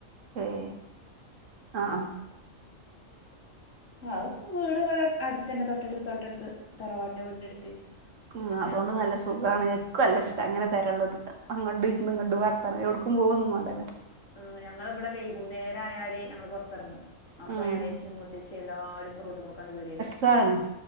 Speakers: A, on the right; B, on the left.
A: ഏഹ് ആഹ്
B: ആഹ്പ്പ വീട് ഇവിടെ അടുത്തന്നെ തൊട്ടടുത്ത് തൊട്ടടുത്ത് തറവാടിന്റെ വീടിന്റെ അടുത്ത്
A: ഉം
B: എല്ലാരും
A: അതുകൊണ്ട്
B: തൊട്ട്
A: നല്ല
B: തൊട്ടടുത്താ
A: സുഖാണ് ക്കല്ല ഇഷ്ട
B: ഉം
A: അങ്ങനെ പെരള്ളത് അങ്ങട്‌
B: ഉം
A: ഇന്നങ്ങണ്ടും
B: അടുത്താ
A: വർത്തനം എവിടക്കും പോവന്നും വേണ്ടല്ല
B: ആഹ് ഞങ്ങ ള വിടെ വൈകുന്നേരായാല് ഞങ്ങള് പൊറത്തെറങ്ങും അപ്പൊ
A: ഉം
B: ഇളേശി മൂത്തേശി എല്ലാരും റോട്ടുമ്പകട് കേറി വരും
A: ന്താണ്